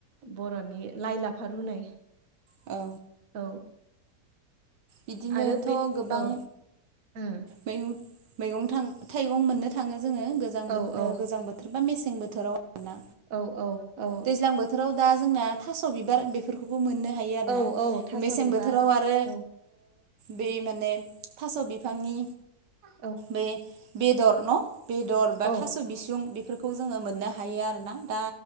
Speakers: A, on the right; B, on the right.
A: बर'नि लाइ लाफा रुनाय।
B: औ।
A: औ।
B: बिदिनोथ'
A: आरो बे
B: गोबां
A: औ ओम।
B: मैगं मैगं थां थाइगं मोननो थाङो जोङो गोजांबो
A: औ औ
B: गोजां बो थोर बा मेसें बोथोराव आरोना
A: औ औ
B: दैज्लां बोथोराव दा जोंना थास' बिबार बे बेफोरखौबो मोननो हायो आरोना
A: औ औ थास'
B: मेसें
A: बिबार
B: बोथोराव आरो
A: औ
B: बै माने थास' बिफांनि
A: औ
B: बे-बेदर न' बेदर बा
A: औ
B: थास' बिसुं बेफोरखौ जोङो मोननो हायो आरोना दा